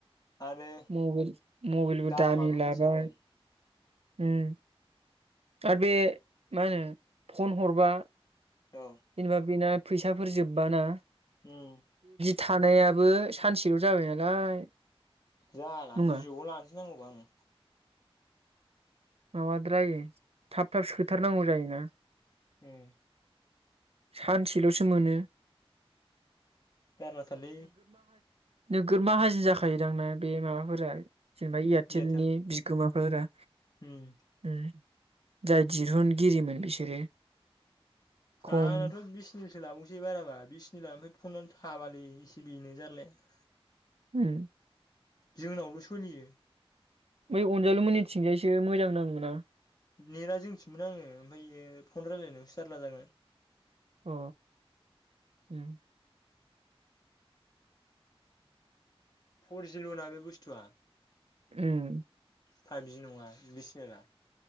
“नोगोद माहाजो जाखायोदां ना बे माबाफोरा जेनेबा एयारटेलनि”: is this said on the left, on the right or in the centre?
Right